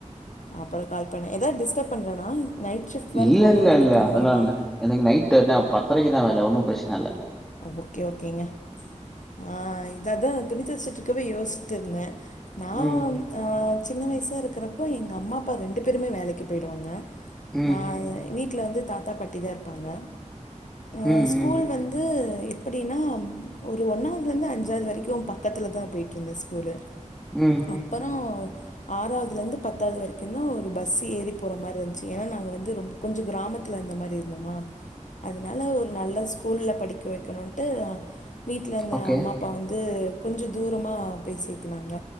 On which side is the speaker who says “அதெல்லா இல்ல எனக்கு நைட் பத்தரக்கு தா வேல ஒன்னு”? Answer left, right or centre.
Centre